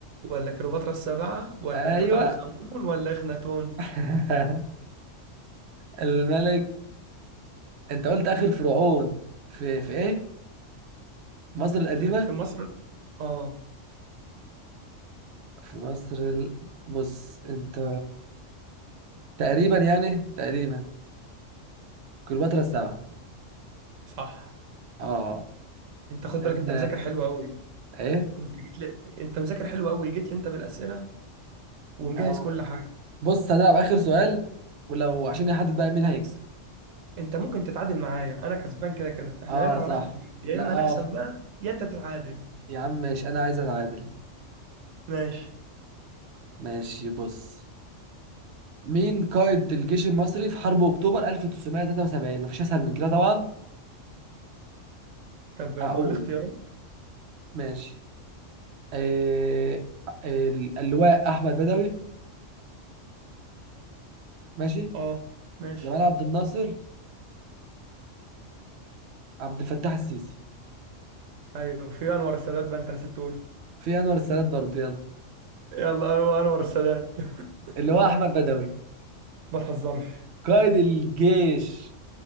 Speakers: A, on the right (about 85°); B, on the right (about 65°).
A: ولا كليوباترا السابعه ولا
B: أيوه
A: توت عنخ امون ولا اخناتون
B: <laughs> الملك أنت قلت آخر فرعون في في إيه مصر القديمة
A: في في مصر اه
B: في مصر ال... بص انت تقريبا يعني تقريبا كليوباترا السبعة
A: صح
B: اه
A: انت خد
B: لان
A: بالك انت مذاكر حلو قوي
B: ايه
A: انت جيت لي انت مذاكر حلو قوي جيت لي انت بالاسئله ومجهز
B: اه
A: كل حاجه
B: بص هنلعب اخر سؤال ولو عشان يحدد بقى مين هيكسب
A: انت ممكن تتعادل معايا انا كسبان كده كده احنا
B: اه
A: هنلعب
B: صح
A: على اخر خميس يا
B: لا
A: اما
B: اه
A: نكسب
B: ف-
A: بقى يا انت تتعادل
B: يا عم ماشي انا عايز اتعادل
A: ماشي
B: ماشي بص مين قائد الجيش المصري في حرب اكتوبر 1973 مفيش اسهل من كده طبعا
A: طب
B: هقول
A: تقول لي اختيارات
B: ماشي إيه... اللواء احمد بدوي ماشي
A: اه ماشي
B: جمال عبد الناصر عبد الفتاح السيسي
A: ايوه في انور السادات بقى انت نسيت تقول
B: في انور السادات برضه يلا
A: يلا ايوه انور السادات <laughs>
B: اللي هو احمد بدوي
A: ما تهزرش
B: قائد الجيش